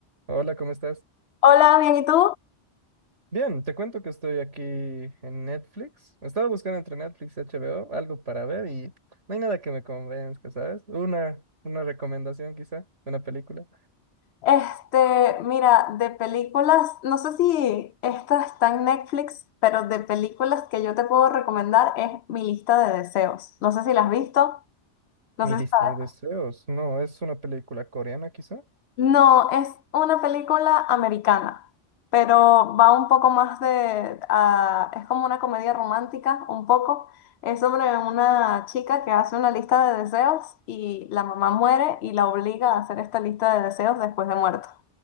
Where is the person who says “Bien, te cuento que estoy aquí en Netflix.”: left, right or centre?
Right